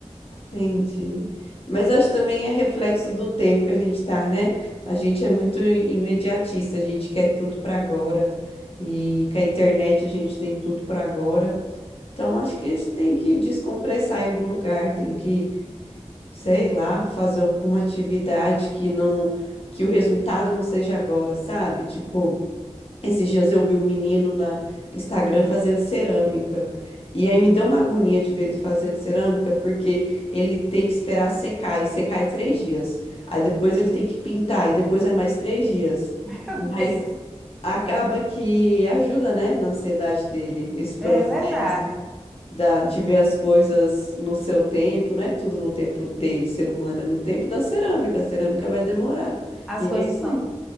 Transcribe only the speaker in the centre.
<laughs> Meu
Deus.
É verdade.
É.
As
coisas
são